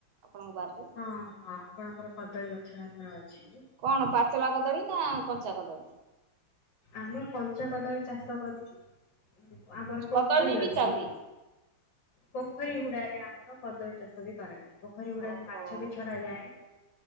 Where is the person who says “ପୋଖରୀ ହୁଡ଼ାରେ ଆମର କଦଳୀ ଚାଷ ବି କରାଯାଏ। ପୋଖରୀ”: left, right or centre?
Left